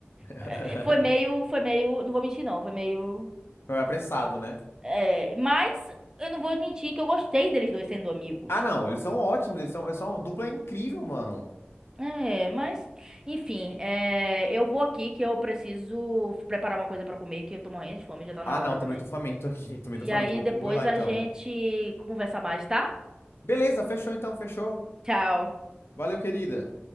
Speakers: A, on the left; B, on the right.
A: <laughs>
B: É, Foi meio, foi meio, não vou mentir não, foi meio
A: Foi apressado, né?
B: é, é, mas eu não vou mentir que eu gostei deles dois sendo amigos.
A: Ah, não, eles são ótimos, eles são, eles são uma dupla incrível, mano.
B: É, mas enfim, é, eu vou aqui que eu preciso preparar uma coisa pra comer, que eu tô morrendo de fome, já tá na
A: Ah,
B: hora
A: não, também
B: também.
A: tô faminto aqui, <laughs> também
B: E
A: tô faminto.
B: aí
A: Vou,
B: depois
A: vou lá
B: a
A: então.
B: gente conversa mais, tá?
A: Beleza, fechou então, fechou.
B: Tchau.
A: Valeu, querida.